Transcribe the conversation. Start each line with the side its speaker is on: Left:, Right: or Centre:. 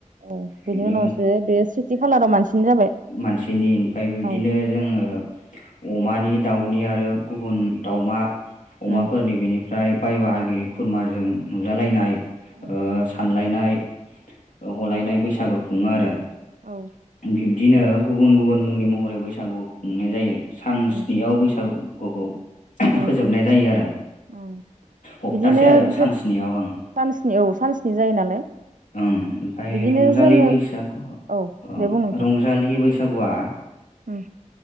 Right: औ
Left: बिनि
Right: बेनि उनावसो बे सिथि खालाराव मानसिनि जाबाय
Left: मानसिनि ओमफ्राय बिदिनो
Right: औ
Left: जोङो अमानि दाउनि आरो गुबुन दाउमा अमाफोरनि
Right: उम
Left: बेनि फओमफ्राय बाय बाहागि खुरमाजों नुजालायनाय ओ
Right: उम
Left: सानलायनाय हलायनाय बैसागु खुङो आरो
Right: औ
Left: बिब्दिनो गुबुन गुबुन मुंनि महरै बैसागुखौ खुंनाय जायो सान
Right: उम
Left: स्नियाव बैसागुखौ
Right: औ
Left: फोजोबनाय जायो आरो
Right: उम
Left: हप्तासे
Right: बिदिनो
Left: आरो
Right: ज
Left: सान स्नियाव ओं
Right: सानसनि औ सानसिनि जायो नालाय
Left: ओं ओमफ्राय
Right: बिदिनो
Left: रंजालि
Right: जोङो
Left: बैसागु ओं
Right: औ दे बुं नोंथां
Left: रंजालि बैसागुआ
Right: उम